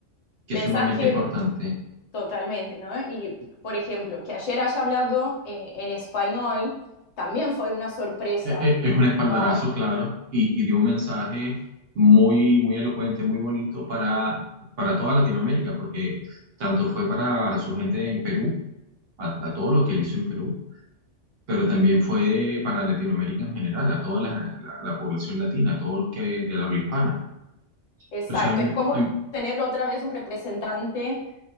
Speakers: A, on the right; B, on the left.
A: que
B: ¿Pensás
A: es sumamente
B: que
A: importante.
B: Totalmente, ¿no? Y, por ejemplo, que ayer haya hablado eh, en español también fue una sorpresa,
A: E- e- Es un espaldarazo,
B: ¿no?
A: claro, y, y dio un mensaje muy, muy elocuente, muy bonito para, para toda Latinoamérica, porque tanto fue para su gente en Perú, a, a todo lo que él hizo en Perú, pero también fue para Latinoamérica en general, a toda la, la- la población latina, a todos los que de la habla hispana.
B: Exacto,
A: O sea, a mí-
B: es como
A: a mí-
B: tener otra vez un representante,